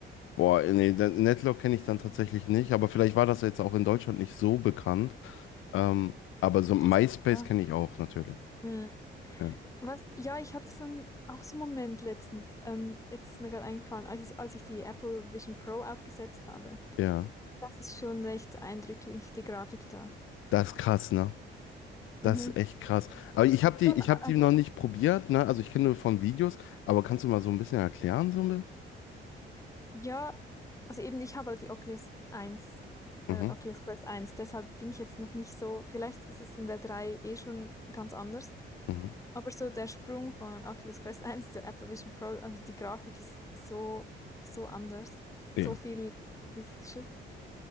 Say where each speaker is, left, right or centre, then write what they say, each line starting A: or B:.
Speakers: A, on the left; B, on the left.
A: Boah, nee, dann- Netlog kenne ich dann tatsächlich nicht, aber vielleicht war das jetzt auch in Deutschland nicht so bekannt. Ähm, aber so MySpace
B: Ach so, ja.
A: kenne ich auch natürlich.
B: Mhm.
A: Ja.
B: Was? Ja, ich hatte so einen, auch so einen Moment letztens. Ähm, jetzt ist mir gerade eingefallen, als ich, als ich die Apple Vision Pro aufgesetzt habe.
A: Ja.
B: Das ist schon recht eindrücklich, die Grafik da.
A: Das ist krass, ne?
B: Mhm.
A: Das ist echt krass. Aber ich habe die,
B: So,
A: ich
B: na-
A: hab die
B: also
A: noch nicht probiert, ne? Also ich kenne nur von Videos, aber kannst du mal so ein bisschen erklären, so ein bisschen?
B: Ja, also eben, ich habe halt die Oculus eins, äh,
A: Mhm.
B: Oculus Quest eins. deshalb bin ich jetzt noch nicht so, vielleicht ist es in der 3 eh schon ganz anders,
A: Mhm.
B: aber so der Sprung von Oculus Quest <laughs> eins zu Apple Vision Pro, also die Grafik ist so, so anders, so
A: Ja.
B: viel realistischer